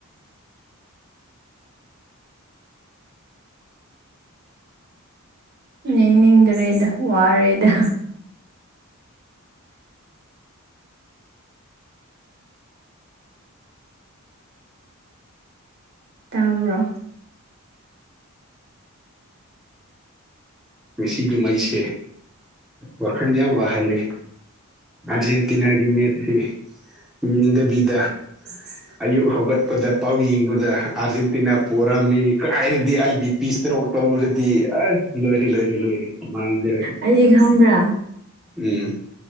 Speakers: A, on the right; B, in the centre.
A: ꯌꯦꯡꯅꯤꯡꯗ꯭ꯔꯦꯗ ꯋꯥꯔꯦꯗ ꯇꯥꯕ꯭ꯔꯣ
B: ꯉꯁꯤꯒꯤ ꯃꯩꯁꯦ ꯋꯥꯈꯜꯗ ꯌꯥꯝ ꯋꯥꯍꯜꯂꯤ ꯑꯔꯖꯦꯟꯦꯟꯇꯤꯅꯒꯤ ꯃꯦꯇꯤ ꯌꯦꯡꯗꯕꯤꯗ
A: <inaudible>
B: ꯑꯌꯨꯛ ꯍꯧꯒꯠꯄꯗ ꯄꯥꯎ ꯌꯦꯡꯕꯗ ꯑꯥꯔꯖꯦꯟꯇꯤꯅꯥ ꯄꯣꯔꯝꯃꯤ ꯀꯥꯏꯔꯗꯤ ꯑꯩ ꯕꯤ ꯄꯤ ꯏꯁꯇ꯭ꯔꯣꯛ ꯇꯧꯔꯨꯔꯗꯤ ꯂꯣꯏꯔꯦ ꯂꯣꯏꯔꯦ ꯂꯣꯏꯔꯦ ꯃꯥꯡꯖꯔꯦ
A: ꯑꯩꯗꯤ ꯈꯪꯕ꯭ꯔꯥ
B: ꯎꯝ